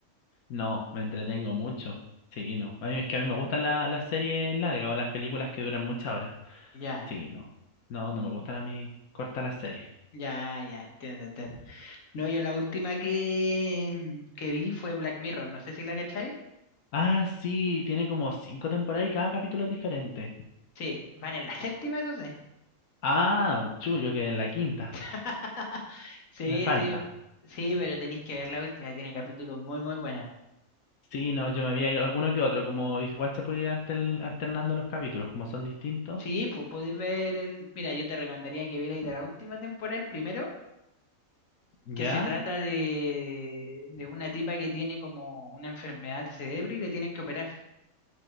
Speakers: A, on the left; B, on the left.
A: no, me entretengo mucho. Sí, no. A mí, es que a mí me gustan la- las series largas o las películas que duran muchas horas.
B: Ya,
A: Sí, no. No, no me gustan a mí cortas las series.
B: ya, ya, entiendo, entiendo. No, yo la última que, mm, que vi fue Black Mirror, no sé si la cachai.
A: Ah, sí, tiene como cinco temporadas y cada capítulo es diferente.
B: Sí, van en la séptima, eso sí.
A: Ah, chullo, que en la quinta.
B: <laughs> Sí,
A: Me falta.
B: sí, sí, pero tenéis que ver la última, tiene capítulos muy, muy buenos.
A: Sí, no, yo me vi ahí alguno que otro, como igual se puede ir altern- alternando los capítulos, como son distintos.
B: Sí, pues podéis ver el... Mira, yo te recomendaría que vierais de la última temporada el primero,
A: Ya,
B: que se trata de, de una tipa que tiene como una enfermedad al cerebro y le tienen que operar.